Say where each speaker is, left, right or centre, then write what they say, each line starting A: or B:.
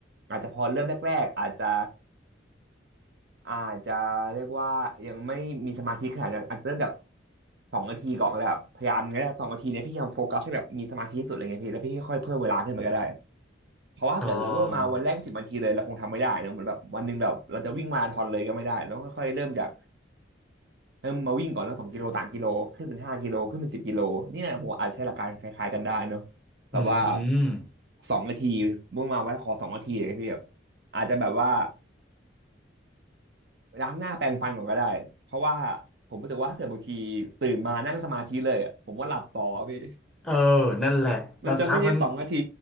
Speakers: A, on the right; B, in the centre.
A: อาจจะพอเริ่มแรกๆอาจจะอาจจะเรียกว่ายังไม่มีสมาธิขนาดนั้นอาจจะเริ่มแบบสองนาทีก่อนก็ได้ครับพยายามงั้สองนาทีเนี้ยพี่พยายามโฟกัสให้แบบมีสมาธิที่สุดอะไรเงี้ยพี่แล้วพี่ค่อยๆเพิ่มเวลาขึ้นไปก็ได้เพราะว่าถ้าเกิดเวอร์มาวันแรกสิบนาทีเลยเราคงทำไม่ได้เนอะเหมือนแบบวันหนึ่งแบบเราจะวิ่งมาราธอนเลยก็ไม่ได้เราต้องค่อยๆเริ่มจาก
B: อ๋อ
A: เริ่มมาวิ่งก่อนแล้วสองกิโลสามกิโลขึ้นเป็นห้ากิโลขึ้นเป็นสิบกิโลเนี่ยผมอาจใช้หลักการคล้ายๆกันได้เนอะแบบว่า
B: อืม
A: สองนาทีเมื่อมาไว้ขอสองนาทีเลยพี่แบบอาจจะแบบว่าล้างหน้าแปรงฟันก่อนก็ได้เพราะว่าผมรู้สึกว่าถ้าเกิดบางทีตื่นมานั่งสมาธิเลยอะผมว่าหลับต่อพี่
B: เออนั่นแหละบางครั้งพัง
A: มันจะไม่ใช่สองนาที